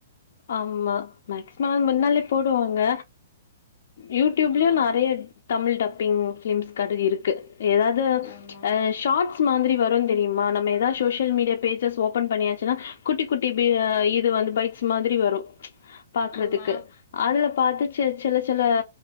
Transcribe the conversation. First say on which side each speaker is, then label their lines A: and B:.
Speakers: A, on the left; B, on the left.
A: ஆம்மா மேக்சிமம்
B: ம்
A: முன்னாலே போடுவாங்க யூடியூப்லயு
B: ஆ
A: நெறைய தமிழ் டப்பிங் பிலிம்ஸ் கதை இருக்கு ஏதாவத் து
B: ஆமா
A: அ ஷாட்ஸ் மாத்ரி வரு தெரியுமா நம்ம ஏதா சோசியல் மீடியா பேஜஸ் ஓபன் பண்ணியாச்சுனா குட்டி குட்டி பி இது வந்து பைட்ஸ் மாத்ரி வரு பாக்குறதுக்கு
B: ஆமா
A: அதுல பாத்து சே சின்ன சின்ன